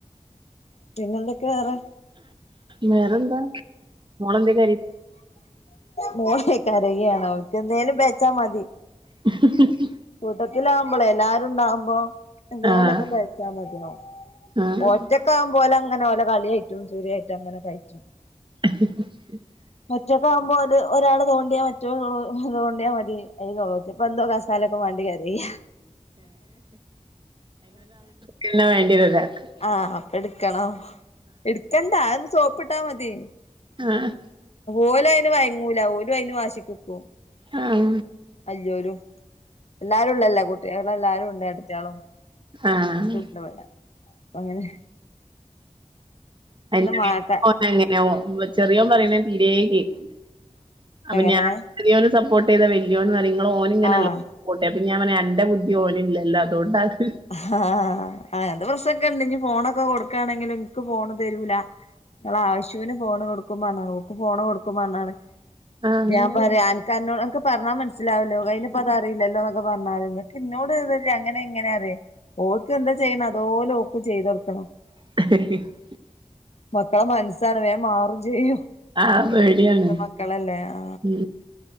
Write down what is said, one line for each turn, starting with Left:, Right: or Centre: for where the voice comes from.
Left: പിന്നെ എന്തൊക്കെ വേറെ
Right: വേറെന്താ മോൾ എന്താ കരയ്ണെ
Left: മോളേ കരയണ് ഓക്ക് എന്തേലും പേയച്ച മതി
Right: ഉ
Left: കൂട്ടത്തില ആകുമ്പോളേ എല്ലാരും ഉണ്ടാവുമ്പോ എന്തേലേക്കെ
Right: ആഹ്
Left: പേ ച്ച മതിയാവും
Right: ആഹ്
Left: ഓറ്റക്ക് ആകുമ്പോ ഓല അങ്ങനെ ഓലെ കളിയായിട്ടും ചിരിയിട്ടും അങ്ങനെ കഴിച്ചും
Right: <unintelligible>
Left: മറ്റൊക്കവുമ്പോ ഓല് ഒരാള് തോണ്ടിയാ മറ്റോ തോണ്ടിയാൽ മതി അപ്പേ അയിന് നോ നോളേള്ളിച്ചും ഇപ്പോ എന്തോ <unintelligible> വേണ്ടി കരയ്യ
Right: പിന്നെ വേണ്ടി <unintelligible>
Left: ആഹ അപ്പൊ ഇടുക്കണം ഇട്ക്കണ്ടാ ഒന്ന് സോപ്പിട്ടാ മതി
Right: ആഹ്
Left: ഓല അയിന് വയങ്ങൂല ഓലും അയിന് വാശിക്ക്ക്കും
Right: ആഹ
Left: വെല്യോലും എല്ലാരുംള്ളല്ലേ കുട്ടിൾ എല്ലാരും ഉണ്ട് എടത്തയാളും
Right: ആഹ്
Left: ലൊ പെണെ അപ്പങ്ങനെ
Right: <unintelligible>
Left: മാക്ക
Right: ചെറിയോം പറിണത് തീരേകേക്കൂല അപ്പൊ
Left: എങ്ങനെ
Right: ഞ്യാ ചെറിയോനോട് സപ്പോർട്ടിതാ വല്യോൻനറിം ങ്ളോ ഓന്ങ്ങനല്ലോ
Left: ആഹ്
Right: പോട്ടെ പ്പിഞാൻ പറഞ്ഞു എന്റെ ബുദ്ധി ഓനില്ലല്ലോ അതൊണ്ടാക്ക്
Left: ഹ്ഹാ അയൻത്തെ പ്രശ്നക്കെണ്ട് ഇഞ്ഞ് ഫോണൊക്കെ കൊട്ക്കാണങ്കില് ൻക്ക് ഫോണ് തരൂല ങ്ങള ആശ്യൂന് ഫോണ് കൊടുക്കുമ്പറഞ്ഞാണ് ഓക്കും ഫോണ് കൊട്ക്കുമ്പർഞ്ഞാണ്
Right: ആഹ്
Left: പ്പിഞ്യ പറിയാ കാര്നോ അൻക്ക് പറഞ്ഞാ മനസ്സിലാവലോ അയ്നിപ്പത് അറീലല്ലോ ന്നൊക്കെ പറഞ്ഞാല് കിന്നോട്തല്ലേ അങ്ങനെ ഇങ്ങനെ അറി ഓൾക്ക് ന്താചെയ്യണ് അതോ ലോ ഓക്കും ചെയ്തൊട്ക്കണം
Right: <inaudible>
Left: മക്കളെ മൻസ്സാണ് വേം മാറുചെയ്യു
Right: ആഹ് പേടിയാണ്
Left: പ്പത്തെ മക്കളല്ലേ ആ
Right: ഉം